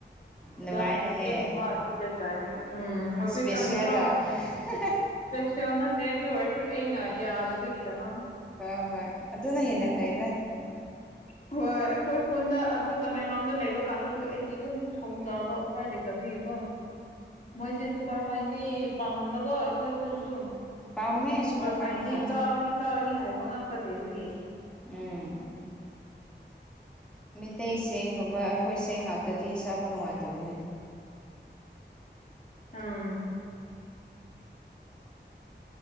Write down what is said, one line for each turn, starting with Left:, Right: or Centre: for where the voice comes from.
Centre: ꯅꯨꯡꯉꯥꯏꯅꯦꯍꯦ
Left: <unintelligible> ꯎꯝ ꯍꯧꯖꯤꯛꯀꯥꯟ
Centre: ꯏꯁꯄꯦꯁꯦꯜꯔꯣ
Left: ꯀꯣ
Centre: <unintelligible>
Left: ꯄꯩꯁꯥ ꯅꯠꯇꯦ ꯑꯗꯨ ꯑꯣꯏꯔꯁꯨ ꯑꯩꯅ ꯌꯥꯗꯕꯒꯤꯗꯃꯛ
Centre: ꯍꯣꯏ ꯍꯣꯏ ꯑꯗꯨꯅ ꯍꯦꯟꯅ ꯐꯩꯗ
Left: <inaudible> ꯍꯣꯏ ꯑꯩꯈꯣꯏ ꯈꯨꯟꯗ ꯑꯗꯨ ꯇꯃꯦꯡꯂꯣꯡꯗ ꯂꯩꯕ ꯀꯥꯟꯗꯁꯨ ꯑꯩꯗꯤ ꯑꯗꯨꯝ ꯊꯣꯡꯖꯕ ꯄꯥꯏ ꯂꯩꯇꯕꯤꯒꯤꯀꯣ ꯃꯣꯏꯖꯦ ꯁꯨꯄꯔ ꯐꯥꯏꯟꯗꯤ ꯄꯥꯝꯕꯀꯣ ꯑꯩꯈꯣꯏ ꯈꯨꯟꯁꯨ
Centre: ꯄꯥꯝꯃꯦ
Left: ꯁꯨꯄꯔ
Centre: ꯐꯥꯏꯟꯅ
Left: ꯐꯥꯢꯟꯗꯤ ꯆꯥꯒꯅꯤ ꯆꯥꯒꯅꯤ ꯍꯥꯏꯕ ꯉꯥꯛꯇ ꯂꯩꯕꯒꯤ
Centre: ꯎꯝ ꯃꯤꯇꯩꯩ ꯆꯦꯡꯒꯨꯝꯕ ꯑꯩꯈꯣꯏ ꯆꯦꯡ ꯉꯥꯛꯇꯗꯤ ꯆꯥꯕ ꯅꯨꯡꯉꯥꯏꯇꯕꯅꯦ
Left: ꯎꯪ